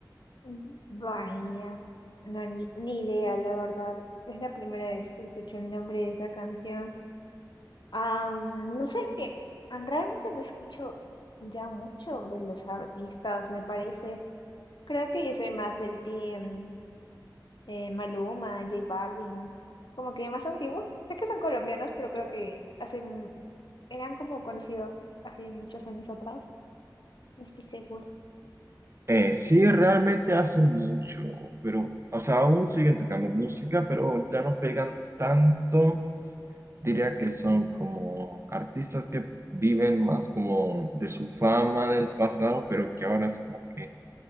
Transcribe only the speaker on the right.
Eh, sí, realmente hacen mucho, pero, o sea, aún siguen sacando música, pero ya no pegan tanto. Diría que son como artistas que viven más como de su fama del pasado, pero que ahora es como que